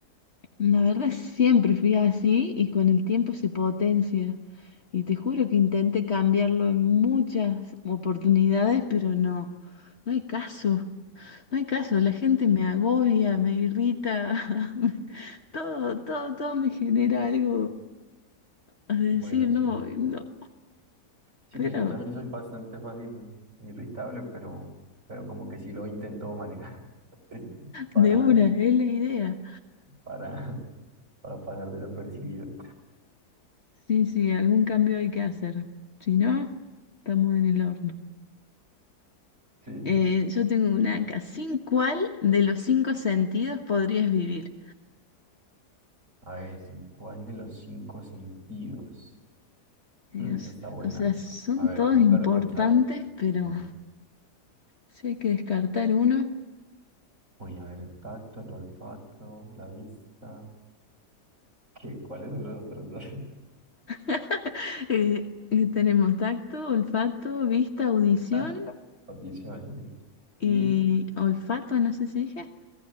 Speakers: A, on the left (about 45°); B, on the right (about 50°).
A: La verdad siempre fui así y con el tiempo se potencia. Y te juro que intenté cambiarlo en muchas oportunidades, pero no, no hay caso. No hay caso, la gente me agobia, me irrita, <laughs> me- todo, todo, todo me genera algo a decir,
B: Bueno,
A: no,
B: sí.
A: no,
B: Sí,
A: pero
B: pues yo también soy bastante fácil, irritable, pero, pero como que sí lo intento manejar <laughs> para,
A: de una, es la idea.
B: para, para pasar desapercibido.
A: Sí, sí, algún cambio hay que hacer, si no, estamos en el horno.
B: Sí.
A: Eh, yo tengo una acá, ¿sin cuál de los cinco sentidos podrías vivir?
B: A ver, ¿en cuál de los cinco sentidos?
A: Eh,
B: Mm,
A: o s-
B: esa está buena.
A: o sea, son
B: A ver,
A: todos
B: nunca
A: importantes,
B: lo he pensado.
A: pero
B: Sí.
A: si hay que descartar uno.
B: Uy, a ver, el tacto, el olfato, la vista. ¿Qué, cuáles son los otros dos?
A: <laughs> Eh, eh, tenemos tacto, olfato, vista, audición
B: Lista, audición. sí.
A: y
B: Y
A: olfato, no sé si dije.